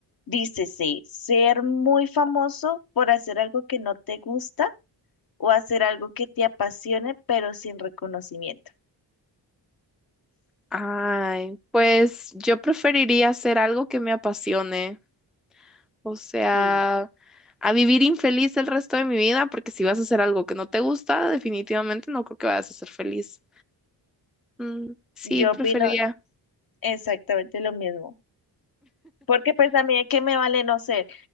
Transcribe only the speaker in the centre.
Ay, pues yo preferiría hacer algo que me apasione. O sea,
a vivir infeliz el resto de mi vida, porque si vas a hacer algo que no te gusta, definitivamente no creo que vayas a ser feliz. Mm, sí,
preferiría.